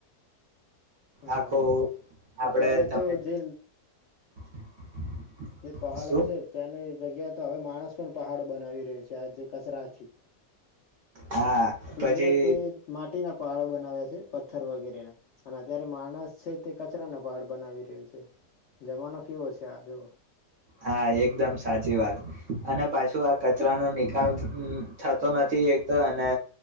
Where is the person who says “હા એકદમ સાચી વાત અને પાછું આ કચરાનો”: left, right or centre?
Right